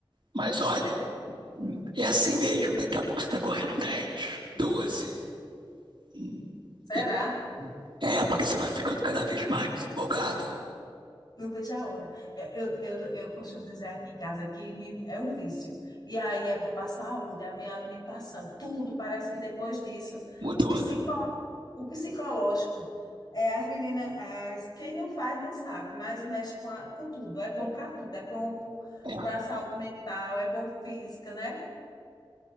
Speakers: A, on the right (about 55°); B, on the left (about 45°).
A: Mas olha, hum, é assim mesmo. Daqui a pouco você está correndo dez 12 hum.
B: Será?
A: É, é porque você vai ficando cada vez mais empolgado.
B: Não vejo a hora. É, Eu, eu, eu costumo dizer aqui em casa que me- é um vício. E aí é bom para a saúde, é a minha alimentação, tudo. Parece que depois disso,
A: Mudou,
B: o psicó,
A: né?
B: o psicológico. É, as meninas, as, quem não faz não sabe, mas mexe com, a- com tudo. É bom para tudo. É bom
A: É.
B: para a saúde mental, é bom física, né?